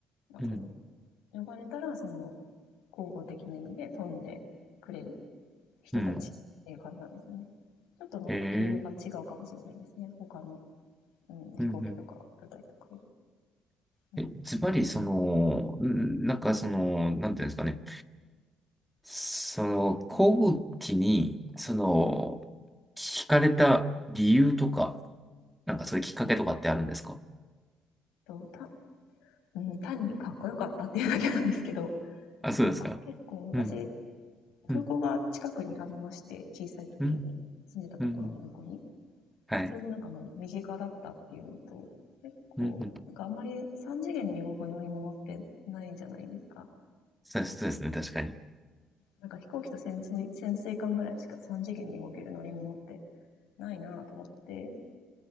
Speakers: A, on the left; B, in the centre.
A: まあ、
B: うん、
A: 飛ん呼ばれたら、その、広報的な意味で飛んでくれる人たちっていう感じなんですよね。
B: うん。
A: ちょっとまた毛色が違うかもしれないですね。
B: へえ、
A: 他の、うん、飛行機とか舞台とか。
B: うん、うん、
A: うん、
B: え、ズバリ、その、んなんかその、なんていうんですかね、その、航空機に、その、惹かれた理由とか、なんかそういうきっかけとかってあるんですか
A: とたうん、単にかっこよかったっていうだけなんですけど、
B: あ、そうですか。
A: なんか結構昔、
B: うん、
A: 空港が近くにありまして、
B: うん、
A: 小さい時に住んでたところの横に。
B: うん、うん、はい。
A: で、それでなんかもう身近だったっていうのと、結構、
B: うん、うん。
A: なんかあんまり3次元に動く乗り物ってないじゃないですか。
B: そうそうですね、確かに。
A: なんか飛行機と潜水潜水艦ぐらいしか3次元に動ける乗り物ってないなと思って、